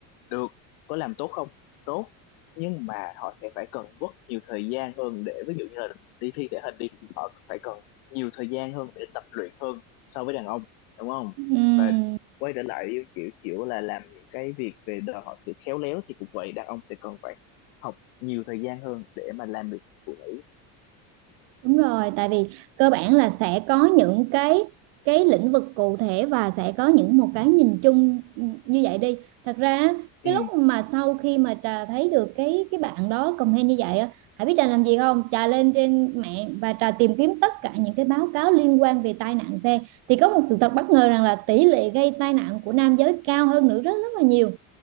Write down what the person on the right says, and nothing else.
ừ.
Đúng rồi, tại vì cơ bản là sẽ có những cái cái lĩnh vực cụ thể và sẽ có những một cái nhìn chung như vậy đi. Thật ra á, cái
lúc mà sau khi mà trà thấy được cái cái bạn đó comment như vậy á, Hãy biết trà làm gì không? Trà lên trên mạng và trà tìm kiếm tất cả những cái báo cáo liên quan về tai nạn xe thì có một sự thật bất ngờ rằng là tỷ lệ gây tai nạn của nam giới cao hơn nữ rất rất là nhiều